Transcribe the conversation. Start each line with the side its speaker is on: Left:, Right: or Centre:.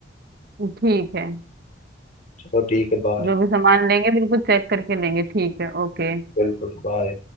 Right: ठीक है
Left: चलो ठीक है बाय
Right: जो भी सामान लेंगे बिल्कुल चेक करके लेंगे ठीक है ओके
Left: बिल्कुल बाय